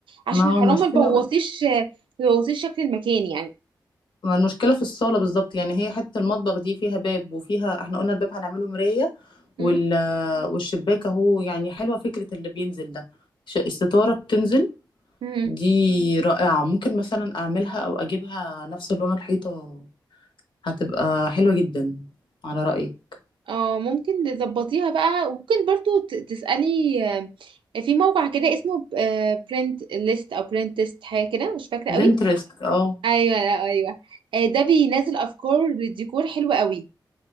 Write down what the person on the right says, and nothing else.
عشان
حرام
ما تبوظيش ما تبوظيش شكل المكان يعني
مم.
مم.
اه ممكن تظبطيها بقى ممكن برضو ت- تسألي آه، في موقع كده اسمه برنت ليست او برنت تيست حاجه كده مش فاكره قوي
ايوه لا ايوه آه، ده بينزل افكار للديكور حلوه قوي